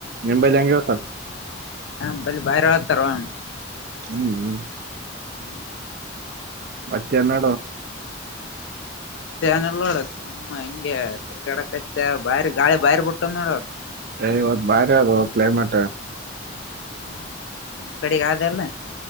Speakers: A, on the right; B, on the left.
A: ನಿಂಬಲ್ಲಿ ಹೆಂಗೆೋತದ.
B: ಹ ಬಲಿ ಬಾಯ್ರ ಹತಾರವಾ.
A: ಹ್ಮ್ ಹ್ಮ್
B: ಹ್ಮ್
A: ಮತ್ತೆಣ್ಣಾಡೋ.
B: ಮತ್ತೆ ನಲ್ ನೋಡ ಸುಮ್ಮ ಹಂಗೆ ತಿರ್ಗಡ ಕಚ್ಚ ಬಾರಿ ಗಾಳಿ ಬಾರಿ ಬಿಟ್ಟದ್ ನೋಡದ.
A: ಏ ಇವತ್ ಬಾರಿ ಅದು ಕ್ಲೈಮೇಟ್.
B: ಹ್ಮ್ ನಿಮ್ಮ ಕಡೆಗ ಆದ ಅಲ್ಲ.